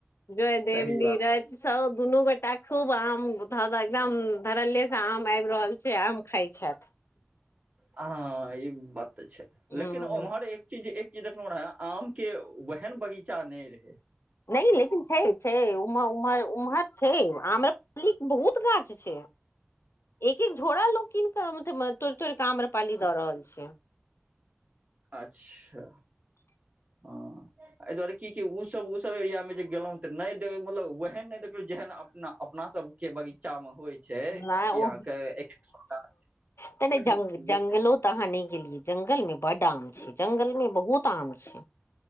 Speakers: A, on the left; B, on the right.
A: जयदेव
B: सही
A: नीरज
B: बात
A: सब दुनू गोटा खूब आम ध द एकदम धरल्ले से आम आबि रहल छै आम खाइ छथि
B: ह ई बात त छै
A: ह
B: लेकिन ओम्हर एक चीज एक चि देखलौं रहै आम के वैहन नहि रहै
A: नहि लेकिन छै छै उमह उमहर उमहर छै आम्र लीक बहुत गाछ छै एक एक झोरा लोक कीन क म म तोड़ि तोड़ क आम्रपाली द रहल छै
B: अच्छा हँ एहि दुआरे की कि उसब उसब एरियामे जे गेलहुँ त नहि मतलब ओहन नहि देखलहुँ जेहन अपना अप अपना सब के बगीचा में होइ छै
A: नहि
B: कि अहाँके
A: ओ
B: एक एक सए गाछ
A: त
B: ओहेन
A: ज जंगलो त हान गेल लिय ज <unintelligible> जंगल मे बड्ड आम छै जंगल मे बहुत आम छै